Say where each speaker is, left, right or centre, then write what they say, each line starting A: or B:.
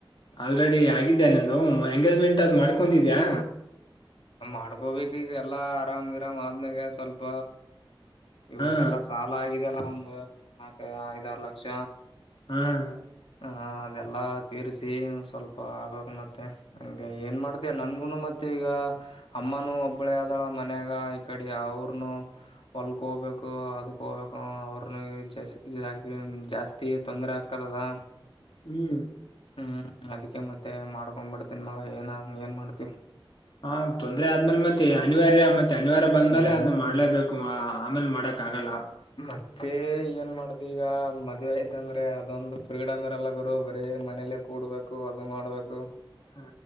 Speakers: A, on the left; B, on the left.
A: ಆಲ್ರೆಡಿ ಆಗಿದ್ಯಾ ನಿಂದು ಎಂಗೇಜ್ಮೆಂಟ್ ಅದ ಮಾಡ್ಕೊಂಡಿದ್ದೀಯಾ.
B: ಮಾಡ್ಕೊಬೇಕ ಈಗ ಎಲ್ಲಾ ಆರಾಮ್ ಇರಾಮ್ ಆದ್ಮ್ಯಾಗ ಸ್ವಲ್ಪ. ಇವಾಗೆಲ್ಲಾ
A: ಹಾ
B: ಸಾಲ ಆಗಿದೆ ಅಲ್ಲ ಒಂದು ನಾಕ ಐದಾರ ಲಕ್ಷ.
A: ಹ್ಮ.
B: ಹ ಅದೆಲ್ಲಾ ತೀರಿಸಿ ಸ್ವಲ್ಪ ಆಗಕ್ ಮತ್ತೆ. ಹಂಗ ಏನ್ ಮಾಡ್ತ ನನ್ಗುನು ಮತ್ತೆ ಈಗ. ಅಮ್ಮನುೂ ಒಬ್ಬಳೇ ಆದಳ ಮನ್ಯಾಗ ಈ ಕಡೆ ಅವ್ರನು ಹೊಲ್ಗ ಹೋಗ್ಬೇಕು ಅದಕ್ಕೆ ಹೋಗಬೇಕು ಅವ್ರನ ಜ ಜಾಸ್ತಿ ತೊಂದ್ರರೆ ಆಗ್ಕದದ
A: ಹೂ
B: ಹೂ ಅದಕ್ಕೆ ಮತ್ತೆ ಮಾಡ್ಕೊಂಡ್ ಬಿಡ್ತನ್ ಮಗ ಏನ ಏನ್ ಮಾಡ್ತಿ
A: ಹ ತೊಂದ್ರೆ ಆದ್ಮೇಲೆ ಮತ್ತೆ ಅನಿವಾರ್ಯ ಮತ್ತೆ ಶನಿವಾರ ಬಂದ್ಮೇಲೆ
B: ಹ್ಮ್
A: ಅ ಮಾಡ್ಲೇಬೇಕು ಆಮೇಲೆ ಮಾಡಕ್ ಆಗಲ್ಲ
B: ಮತ್ತೆ ಏನ್ ಮಾಡ್ದ್ ಈಗ ಮದುವೆ ಇತ ಅಂದ್ರೆ ಅದೊಂದು ಫ್ರೀಡಮ್ ಇರಲ್ಲ ಗುರು ಬರೇ ಮನೇಲಿ ಕೂಡ್ಬೇಕು ಅದು ಮಾಡ್ಬೇಕು
A: ಹಾ